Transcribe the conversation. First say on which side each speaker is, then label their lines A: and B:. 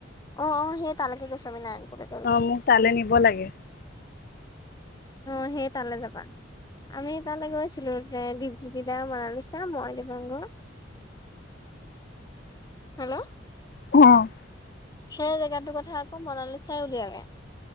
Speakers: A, on the left (about 20°); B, on the left (about 50°).
A: অ', অ' সেই তালৈকে গৈছোঁ, আমি নাৰায়ণপুৰলৈকে গৈছোঁ।
B: অ মোক তালৈ নিব <inaudible>
A: অ' সেই তালে যাবা। আমি তালৈ গৈছিলো, দীপজ্যোতি দা, মনালিচা, দীপাংকৰ। হেল্ল'।
B: অ'।
A: সেই জেগাটোৰ কথা আকৌ মনালীচাই উলিয়ালে।